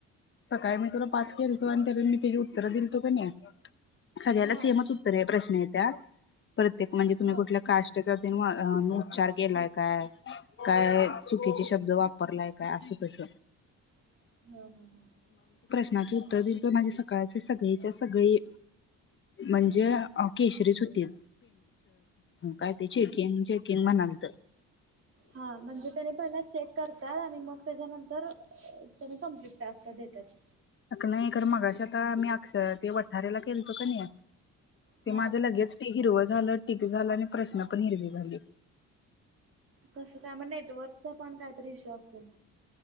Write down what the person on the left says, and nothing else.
सकाळी मी तुला पाच केलतो आणि त्याला मी त्याची उत्तर दिलतो कनी सगळ्याला
सेमच उत्तर प्रश्न येत्यात प्रत्येक म्हणजे तुम्ही
कुठल्या काष्ट अ उच्चार केलाय काय काय चुकीचे शब्द वापरलाय काय असं तस
<inaudible> माझे सकाळचे सगळीच्या सगळी म्हणजे केशरीच होतीत काय ते चेकिंग चेकिंग म्हणालत.
<inaudible> नाही तर मगाशी आता मी अक्षर ते वठार्याला केलतो कणी ते
माझ्या लगेच हिरवं झालं टीक झालं आणि प्रश्न पण हिरवी झाली